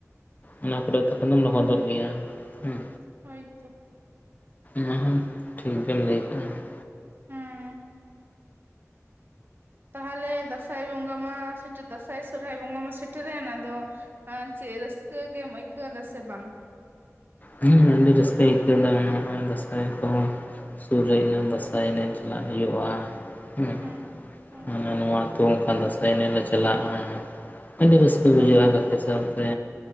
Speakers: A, on the left (about 30°); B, on the right (about 40°).
A: ᱚᱱᱟ ᱠᱚᱨᱮ ᱛᱚᱠᱷᱚᱱ ᱫᱚᱢ ᱞᱚᱦᱚᱫᱚᱜ ᱜᱮᱭᱟ ᱾ ᱦᱮᱸ
B: ᱦᱚᱭ ᱛᱚ ᱾
A: ᱦᱚᱭ ᱴᱷᱤᱠ ᱜᱮᱢ ᱞᱟᱹᱭ ᱠᱟᱜᱼᱟ ᱾
B: ᱦᱩᱸ ᱛᱟᱦᱚᱞᱮ ᱫᱟᱸᱥᱟᱭ ᱵᱚᱸᱜᱟ ᱢᱟ ᱥᱮᱴᱮ ᱫᱟᱸᱥᱟᱭ ᱥᱚᱨᱦᱟᱭ ᱵᱚᱸᱜᱟ ᱢᱟ ᱥᱮᱴᱮᱨᱮᱱ ᱟᱫᱚ ᱪᱮᱜ ᱨᱟᱹᱥᱠᱟᱹ ᱜᱮᱢ ᱟᱹᱭᱠᱟᱹᱣ ᱫᱟ ᱥᱮ ᱵᱟᱝ?
A: ᱦᱮᱸ ᱟᱹᱰᱤ ᱨᱟᱹᱥᱠᱟᱹᱧ ᱟᱹᱭᱠᱟᱹᱣ ᱫᱟ ᱾ ᱱᱚᱜᱼᱚᱭ ᱫᱟᱥᱟᱭ ᱠᱚᱦᱚᱸ ᱥᱩᱨ ᱦᱮᱡ ᱱᱟ ᱫᱟᱸᱥᱟᱭ
B: ᱟᱪᱪᱷᱟ
A: ᱮᱱᱮᱡ ᱪᱟᱞᱟᱜ ᱦᱩᱭᱩᱜᱼᱟ ᱦᱮᱸ
B: ᱦᱩᱸ
A: ᱾
B: ᱦᱩᱸ
A: ᱦᱟᱱᱟ ᱱᱚᱣᱟ ᱟᱛᱳ ᱚᱝᱠᱟ ᱫᱟᱸᱥᱟᱭ ᱮᱱᱮᱡ ᱞᱮ ᱪᱟᱞᱟᱜᱼᱟ ᱾ ᱟᱹᱰᱤ ᱨᱟᱹᱥ ᱠᱟᱹ
B: ᱦᱳᱭ
A: ᱵᱩᱡᱷᱟᱹᱜᱼᱟ ᱜᱟᱛᱮ ᱥᱟᱶ ᱛᱮ᱾